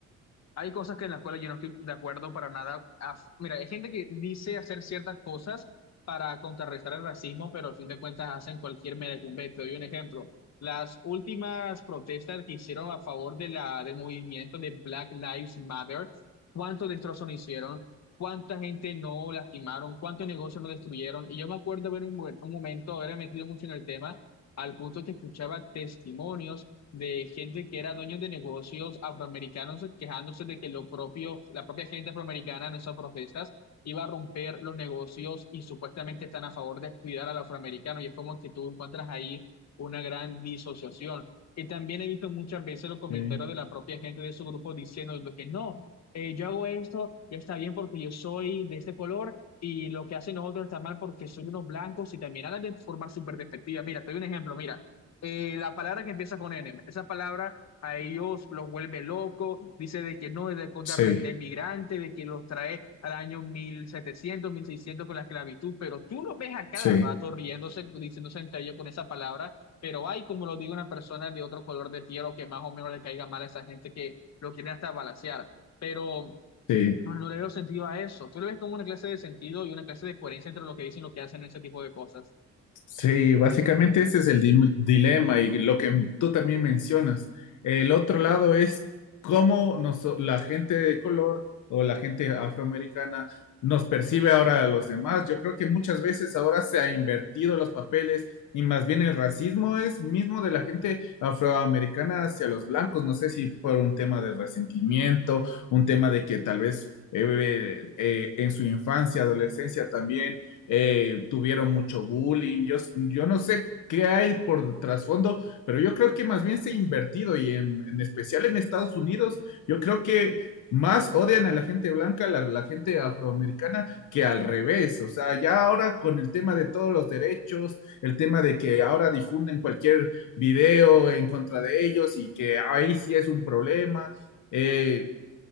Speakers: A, on the left (about 60°); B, on the left (about 80°).
A: hay cosas que en la escuela yo no estoy de acuerdo para nada. Ah, Mira, hay gente que dice hacer ciertas cosas para contrarrestar el racismo, pero al fin de cuentas hacen cualquier merecumbe. Te doy un ejemplo. Las últimas protestas que hicieron a favor de la, del movimiento de Black Lives Matter, ¿cuántos destrozos no hicieron? ¿Cuánta gente no lastimaron? ¿Cuántos negocios no destruyeron? Y yo me acuerdo haber un, un momento, haber metido mucho en el tema, al punto que escuchaba testimonios de gente que era dueño de negocios afroamericanos quejándose de que lo propio, la propia gente afroamericana en esas protestas iba a romper los negocios y supuestamente están a favor de cuidar al afroamericano y es como que tú encuentras ahí una gran disociación. Y también he visto muchas veces los comentarios
B: Okay.
A: de la propia gente de su grupo diciendo lo que no, eh, yo hago esto y está bien porque yo soy de este color y lo que hacen los otros está mal porque son unos blancos y también hablan de forma súper despectiva. Mira, te doy un ejemplo, mira eh, la palabra que empieza con N, esa palabra a ellos los vuelve locos, dice de que no, es de, de,
B: Sí,
A: de migrante, de que los trae al año mil setecientos mil seiscientos con la esclavitud, pero tú los ves a cada
B: sí,
A: rato riéndose, diciéndose entre ellos con esa palabra, pero hay, como lo digo, una persona de otro color de piel o que más o menos le caiga mal a esa gente que lo quieren hasta balancear, pero...
B: sí.
A: No, no le veo sentido a eso. Tú le ves como una clase de sentido y una clase de coherencia entre lo que dicen y lo que hacen en ese tipo de cosas.
B: Sí, básicamente ese es el dim- dilema y lo que tú también mencionas. El otro lado es cómo nos, la gente de color o la gente afroamericana nos percibe ahora a los demás. Yo creo que muchas veces ahora se ha invertido los papeles y más bien el racismo es mismo de la gente afroamericana hacia los blancos. No sé si por un tema de resentimiento, un tema de que tal vez... eh, eh, en su infancia, adolescencia también eh, tuvieron mucho bullying. Yo, yo no sé qué hay por trasfondo, pero yo creo que más bien se ha invertido y en, en especial en Estados Unidos, yo creo que más odian a la gente blanca, a la, la gente afroamericana, que al revés. O sea, ya ahora con el tema de todos los derechos, el tema de que ahora difunden cualquier video en contra de ellos y que ahí sí es un problema. Eh,